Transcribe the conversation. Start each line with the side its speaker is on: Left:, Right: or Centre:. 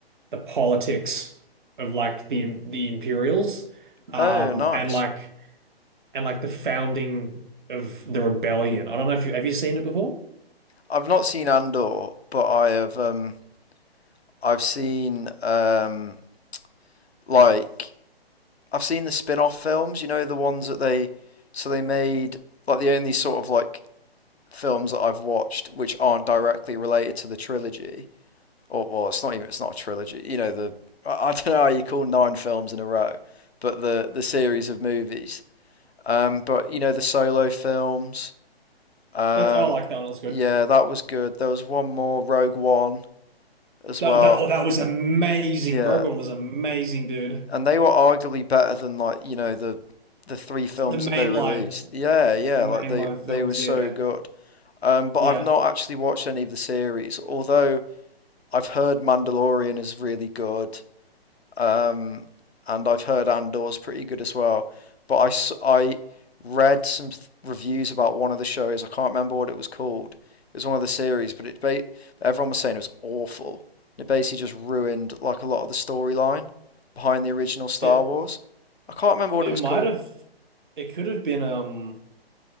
Right: the politics of like the the Imperials, um,
Left: Oh, nice.
Right: and like and like the founding of the rebellion. I don't know if you have you seen it before?
Left: I've not seen Andor, but I have um I've seen um like I've seen the spin-off films, you know, the ones that they so they made like the only sort of like films that I've watched which aren't directly related to the trilogy. Or well, it's not even it's not a trilogy. You know, the I, I don't know how you call nine films in a row, but the the series of movies Um, but you know the solo films. Um,
Right: That's I like that one. That's good.
Left: yeah, that was good. There was one more, Rogue One as
Right: That
Left: well.
Right: that oh, that was amazing.
Left: Yeah,
Right: Rogue One was amazing, dude.
Left: and they were arguably better than like you know the the three films
Right: The mainline,
Left: that they released. Yeah, yeah,
Right: the mainline
Left: like they they
Right: films.
Left: were so
Right: Yeah,
Left: good. Um, but
Right: yeah.
Left: I've not actually watched any of the series, although I've heard Mandalorian is really good. um, and I've heard Andor's pretty good as well. But I I read some th- reviews about one of the shows. I can't remember what it was called. It was one of the series, but it ba- everyone was saying it was awful. And it basically just ruined like a lot of the storyline behind the original Star
Right: It
Left: Wars. I can't remember what
Right: it
Left: it was
Right: might
Left: called.
Right: have, it could have been um